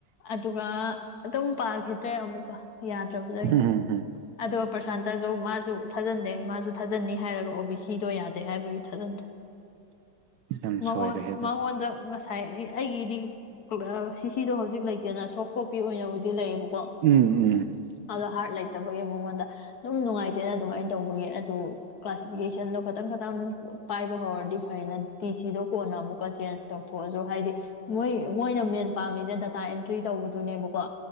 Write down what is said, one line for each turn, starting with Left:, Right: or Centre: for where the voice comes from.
Left: ꯑꯗꯨꯒ ꯑꯗꯨꯝ ꯄꯥꯈꯤꯗ꯭ꯔꯦ ꯑꯃꯨꯛꯀ ꯌꯥꯗ꯭ꯔꯕꯗꯒꯤ
Right: ꯎꯝ ꯎꯝ
Left: ꯑꯗꯣ ꯄ꯭ꯔꯁꯥꯟꯇꯁꯨ ꯃꯥꯁꯨ ꯊꯖꯟꯗꯦ ꯃꯥꯁꯨ ꯊꯥꯖꯟꯅꯤ ꯍꯥꯏꯔꯒ ꯑꯣ ꯕꯤ ꯁꯤꯗꯣ ꯌꯥꯗꯦ ꯍꯥꯏꯕꯒꯤ ꯊꯥꯖꯟꯗꯦ
Right: ꯌꯥꯝ
Left: ꯃꯉꯣꯟ
Right: ꯁꯣꯏꯔꯦꯍꯦ ꯑꯗꯨꯗꯤ
Left: ꯃꯉꯣꯟꯗ <unintelligible> ꯑꯩꯒꯤꯗꯤ <unintelligible> ꯁꯤꯗꯣ ꯍꯧꯖꯤꯛ ꯂꯩꯇꯦꯅ ꯁꯣꯐ ꯀꯣꯄꯤ ꯑꯣꯏꯅꯕꯨꯗꯤ ꯂꯩꯌꯦ ꯀꯣ
Right: ꯎꯝ ꯎꯝ
Left: ꯑꯗꯣ ꯍꯥꯠ ꯂꯩ ꯂꯩꯇꯕꯒꯤ ꯃꯉꯣꯟꯗ ꯑꯗꯨꯝ ꯅꯨꯡꯉꯥꯏꯇꯦꯅ ꯑꯗꯨꯃꯥꯏꯅ ꯇꯧꯕꯒꯤ ꯑꯗꯨ ꯀ꯭ꯂꯥꯁꯤꯐꯤꯀꯦꯁꯟꯗꯣ ꯈꯇꯪ ꯈꯇꯪ ꯄꯥꯏꯕ ꯍꯧꯔꯗꯤ ꯐꯩꯅ ꯇꯤ ꯁꯤꯗꯣ ꯀꯣꯟꯅ ꯑꯃꯨꯛꯀ ꯆꯦꯟꯖ ꯇꯧꯊꯣꯛꯑꯁꯨ ꯍꯥꯏꯗꯤ ꯃꯣꯏ ꯃꯣꯏꯅ ꯃꯦꯟ ꯄꯥꯝꯃꯤꯁꯦ ꯗꯇꯥ ꯑꯦꯟꯇ꯭ꯔꯤ ꯇꯧꯕꯗꯨꯅꯦꯕꯀꯣ